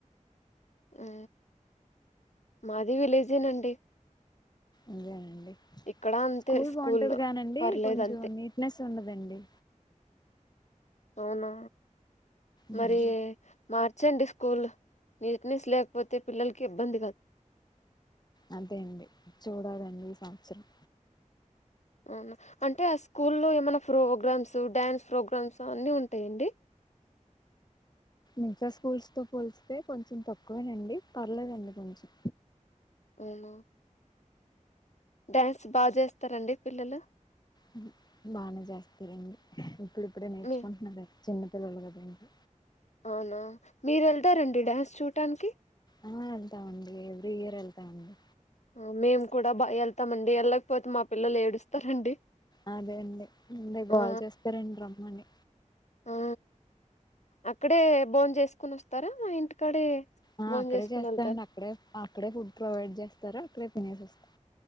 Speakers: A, on the left; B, on the left.
A: ఆ మాది విలేజేనండి
B: అదేనండి
A: ఇక్కడ అంతే
B: స్కూల్
A: స్కూల్లో
B: బాగుంటది కానండి
A: పర్లేదు
B: కొంచెం
A: అంతే
B: నీట్నెస్ ఉండదండి
A: అవునా
B: ఉమ్,
A: మరి మార్చ్ చ్చండి స్కూల్ నీట్నెస్ లేకపోతే పిల్లలకి ఇబ్బంది కద్
B: అంతే అండి చూడాలండి ఈ సంవత్సరం
A: అవును అంటే ఆ స్కూల్లో ఏమైనా ఫ్రోగ్రామ్స్ డ్యాన్స్ ఫ్రోగ్రామ్స్ అన్ని ఉంటాయండి
B: ఇంకా స్కూల్స్ తో పోలిస్తతే కొంచెం తక్కువేనండి పర్లేదండి కొంచెం
A: ఉనా డ్యాన్స్ బా జేస్తారండి పిల్లలు
B: హ్ బానే జేస్తారండి ప్పుడు ఇప్పుడే నేర్చుకుంట్నాడ
A: మీ
B: చిన్నపిల్లలు గాదండి
A: అవునా మీరెల్తారండి డ్యాన్స్ చూటానికి
B: ఆ వెళ్తామండి ఎవ్రీ ఇయర్ వెళ్తా అండి
A: ఆ మేము కూడా బా వెళ్తామండి వెళ్ళకపోతే మా పిల్లలు ఏడుస్తారండి
B: అదే అండి ముందే గోల్
A: ఆ
B: చేస్తారండి రమ్మని
A: ఆ అక్కడే బోన్ చేసుకునోస్తారా ఇంటికాడే
B: ఆ
A: భోన్
B: అక్కడే
A: చేసుకుని
B: చేస్తండి
A: వెళ్తారు
B: అక్కడే అక్కడే ఫుడ్ ప్రొవైడ్ చేస్తారు అక్కడే తినేసోస్తం